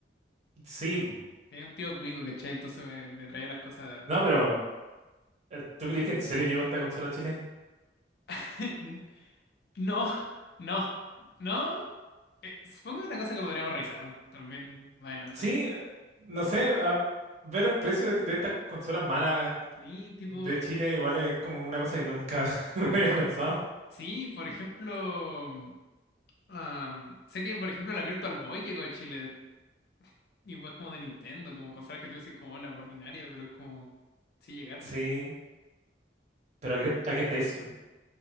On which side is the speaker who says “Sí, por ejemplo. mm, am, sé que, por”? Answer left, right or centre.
Left